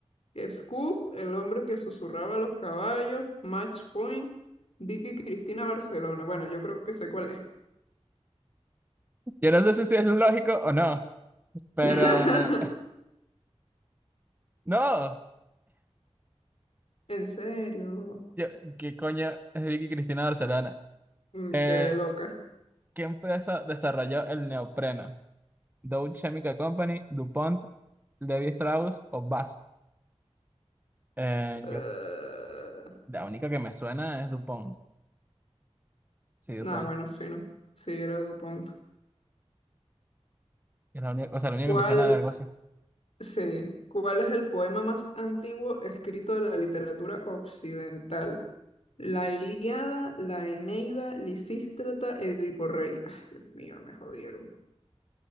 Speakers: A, on the left; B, on the right.
A: Scoop, El hombre que susurraba a los caballos, Match Point, Vicky Cristina Barcelona. Bueno, yo creo que sé cuál es.
B: Yo no sé si sí es lógico o no, pero
A: <laughs>
B: no.
A: En serio.
B: Yo- ¿qué coño es Vicky Cristina Barcelona?
A: Mm,
B: Eh,
A: Quedé loca.
B: ¿qué empresa desarrolló el neopreno? Dow Chemical Company, DuPont, Levi Strauss o Bass? Eh,
A: Eh,
B: yo, la única que me suena es DuPont. Sí, DuPont.
A: Nada, bueno, fino. Sí, era DuPont.
B: Es la única, o sea, la única
A: ¿Cuál?
B: que me suena de algo así.
A: Sí. ¿Cuál es el poema más antiguo escrito de la literatura occidental? La Ilíada, la Eneida, Lisístrata, Edipo Rey. Ay, Dios mío, me jodieron.